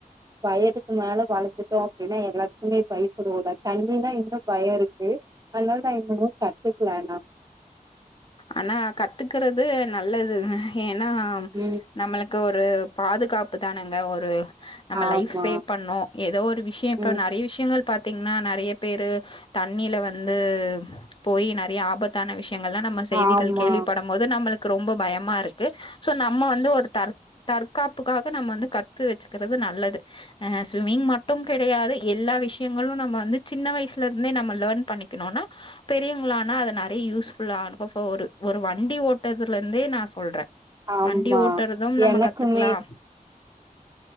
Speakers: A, on the right; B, on the left.
A: வயதுக்கு மேல வளந்துட்டோ அப்டின்னா எல்லாத்துக்குமே பயப்படுவோல தண்ணின்னா இன்னு பயோ இருக்கு அதனால நா இன்னமு கத்துக்கல ஆனா
B: ஆனா கத்துக்குறது நல்லதுங்க ஏனா
A: ம்
B: நம்மளுக்கு ஒரு பாதுகாப்பு தானங்க ஒரு நம்ம
A: ஆமா
B: லைஃப் சேவ் பண்ணு ஏதோ ஒரு விஷய இப்ப
A: ம்
B: நெறைய விஷயங்கள் பாத்தீங்கன்னா நெறைய பேரு தண்ணில வந்து போயி நெறைய ஆபத்தான விஷயங்கள்லா நம்ம செய்திகள்
A: ஆமா
B: கேள்விப்படும் போது நம்மளுக்கு ரொம்ப பயமா இருக்கு சோ நம்ம வந்து ஒரு தர தற்காப்புக்காக நம்ம வந்து கத்து வெச்சுக்கிறது நல்லது ஆ ஸ்விம்மிங் மட்டு கெடையாது எல்லா விஷயங்களு நம்ம வந்து சின்ன வயசுல இருந்தே நம்ம லேர்ன் பண்ணிக்கணுன்னா பெரியவங்களானா அத நெறைய யூஸ் ஃபுல்லானுக்கு இப்ப ஒரு ஒரு வண்டி ஓட்டதுலந்தே நா சொல்ற
A: ஆமா
B: வண்டி ஓட்டறதும் நம்ம
A: எனக்குமே
B: கத்துக்லா